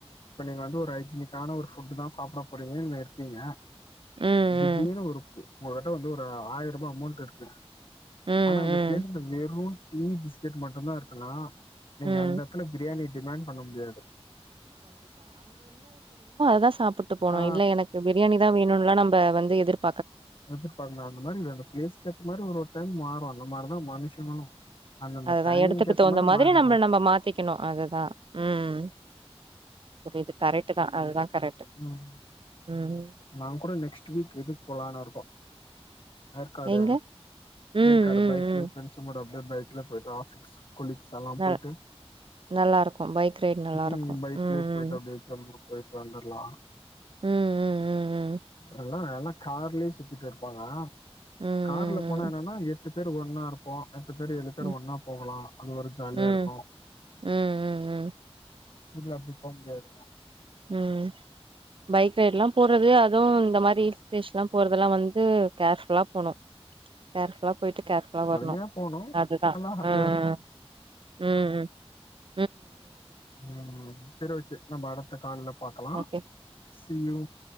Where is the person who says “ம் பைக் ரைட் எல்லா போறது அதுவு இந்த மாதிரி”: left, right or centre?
Right